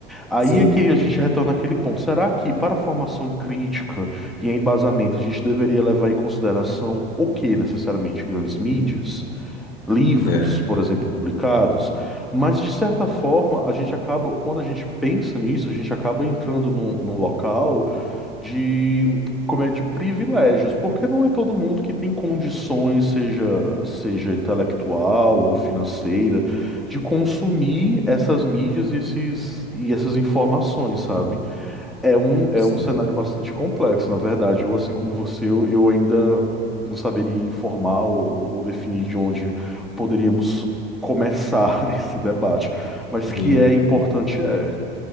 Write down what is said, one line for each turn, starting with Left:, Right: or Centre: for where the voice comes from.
Centre: Aí
Left: Sim,
Centre: é que a gente retorna àquele ponto. Será que, para a formação crítica e embasamento, a gente deveria levar em consideração o que necessariamente? Grandes mídias? livros,
Left: é.
Centre: por exemplo, publicados, mas de certa forma a gente acaba, quando a gente pensa nisso, a gente acaba entrando num, num local de, como é, de privilégios, porque não é todo mundo que tem condições, seja, seja intelectual ou financeira, de consumir essas mídias e, esses, e essas informações, sabe? É um, é
Left: Sim,
Centre: um cenário bastante complexo, na verdade. Eu, assim como você, eu, eu ainda não saberia informar ou, ou definir de onde poderíamos começar <laughs> esse debate. Mas que
Left: sim.
Centre: é importante é.